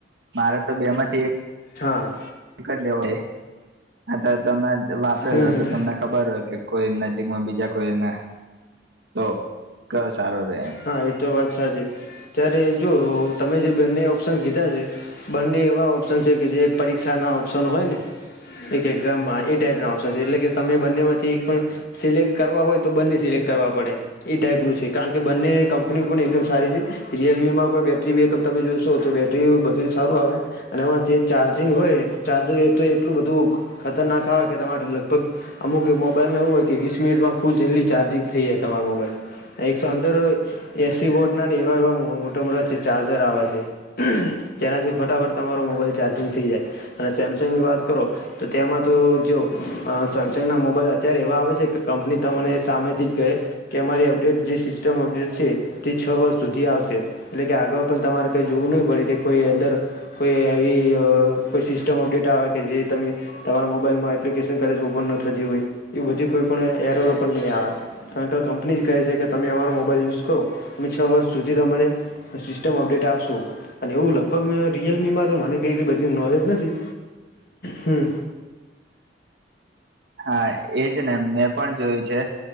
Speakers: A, on the right; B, on the left.
A: મારે તો બેમાંથી એક
B: હા.
A: કરી લેવો જોઈએ, આ તમે વાપરેલો
B: હમ
A: તો
B: હમ
A: તમને. ખબર હોય કે, કોઈ નજીકમાં બીજા કોઈને તો, ક સારો રહે એમ.
B: હા, એ તો વાત સાચી. ત્યારે જો તમે જે બંને ઓપ્શન કીધા છે. બંને એવા ઓપ્શન છે કે, જે એક પરીક્ષા ના ઓપ્શન હોય ને. એક એક્ઝામમાં એ ટાઈપ ના ઓપ્શન છે, એટલે કે તમે બંને માંથી એક પણ. સિલેક્ટ કરવા હોય તો, બંને સિલેક્ટ કરવા પડે, એ ટાઈપ નું છે, કારણ કે બંને કંપની પણ એકદમ સારી છે, રિયલમીમાં પણ બેઠ બેટરી બેકઅપ તમે જોશો, તો બેટરી બધું સારું આવે. અને એમાંથી ચાર્જિંગ હોય, ચાર્જર એ તો એટલું બધું ખતરનાક આવે, કે તમારે લગભગ અમુક મોબાઈલમાં એવું હોય કે, વીસ મિનિટમાં ફૂલ જેટલી ચાર્જિંગ થઈ જાય, તમારી મોબાઈલ અંદર એસી બોટ ના એવા-એવા, મોટા-મોટા ચાર્જર આવે છે. તેનાથી ફટાફટ તમારો મોબાઈલ ચાર્જિંગ થઈ જાય, અને સેમસંગ ની વાત કરો. તો તેમાં તો જો સેમસંગના મોબાઈલ અત્યારે એવા આવે છે, કે કંપની તને સામેથી જ ગઈ. કે અરી અપડેટ જે સિસ્ટમ અપડેટ છે, તે છ વર્ષ સુધી આવશે. એટલે કે, આગળ પણ તમારે કઈ જોવું નહી પડે, કે કોઈ અંદર કોઈ એવી કોઈ સિસ્ટમ અપડેટ આવે કે, જે તમે. તમારા મોબાઈલમાં એપ્લિકેશન કદાચ ઓપન ન થતી હોય, એ બધી કોઈ એ નહી આવે. કારણ કે કંપની જ કહે છે કે, તમે અમારો મોબાઈલ યુઝ કરો, તમે છ વર્ષ સુધી તમને. સિસ્ટમ અપડેટ આપશો. અને એવું લગભગ મે રિયલમી માં તો મને કઈ બધી નોલેજ નથી, હમ.
A: હા, એજ ને મેં પણ જોયું છે.